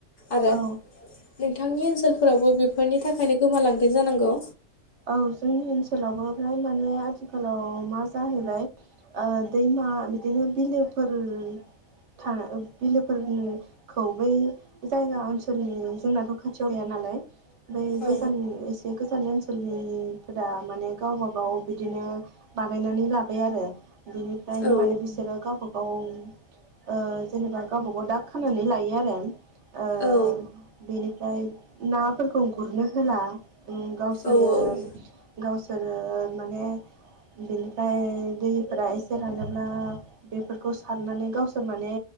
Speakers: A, on the left; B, on the right.
A: आरो
B: औ
A: नोंथांनि ओनसोलफोरावबो बेफोरनि थाखायनो गोमालांगोन जानांगौ
B: औ जोंनि ओनसोलावबो फ्राय माने आथिखालाव मा जाहैबाय ओ दैमा बिदिनो बिलोफोर था बिलोफोरनि खौ बै जायगा ओनसोलनि जोंनाथ' खाथियाव गैया नालाय ओमफ्राय
A: औ
B: गोजाननि एसे गोजाननिसो सोलनिफोरा माने गावबा गाव बिदिनो बानायनानै लाबाय आरो बिनिफ्रायनो
A: औ
B: माने बिसोरो गावबागाव ओ जेनेबा गावबा गाव दाग खानानै लायो आरो ओ
A: औ
B: बेनिफ्राय नाफोरखौ गुरनो होला गावसोरो
A: औ औ
B: गावसोरो माने बिनिफ्राय दै फोर एसे रानोब्ला बेफोरखौ सारनानै गावसोर माने